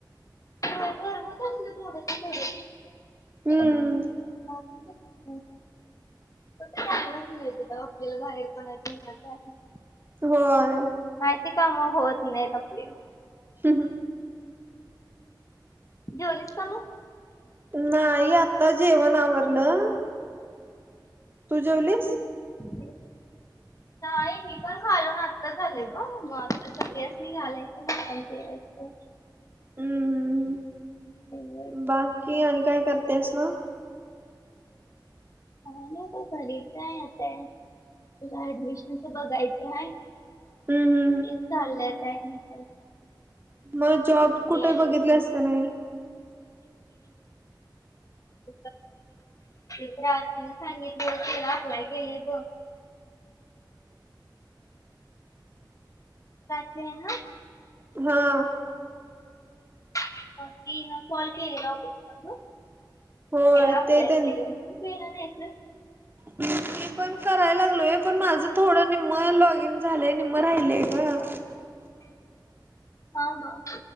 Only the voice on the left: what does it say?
<inaudible> मिळतय आपल्याला
बाहेर कोणा ना <inaudible>
बाहेरची काम होत नाही त आपली.
जेवलीस का मग?
ह <inaudible>
नाही मी पण खालून आत्ताच आले ग, मग आता सगळ्यांनी घालायचं म आपण जेवायचं.
नाही
काय नाही बघ घरीचं आहे आता, पुढं ऍडमिशनच बघायचं हाय.
तेच चाललंय काय म्हणताय मग?
ऍडमिशन
<inaudible> सांगितलय तेला आपलय केलेय बघ का <unintelligible> यचे हा
<unintelligible> कॉल केलेला होता
त्याला आपलाय
केलं होते. तू केला नाहीस?
हा हा,